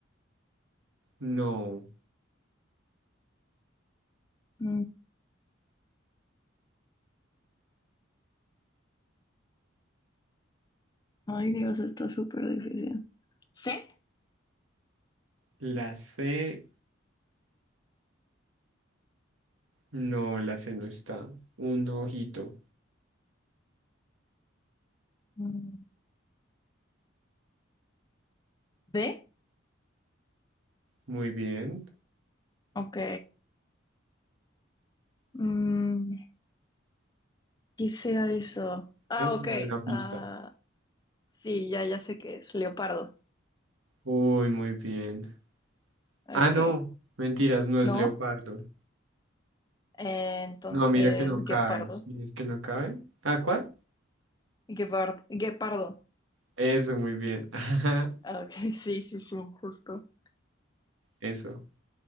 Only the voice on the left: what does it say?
Mm, Ay, Dios, está súper difícil. C.
Mm, D.
Ok. Mm, ¿qué será eso? Ah,
ok.
Ah, sí, ya, ya sé qué es. Leopardo.
Ok.
No.
Eh, entonces,
guepardo.
Guepard- guepardo.
Ah, Ok, <laughs> sí, sí, sí, justo.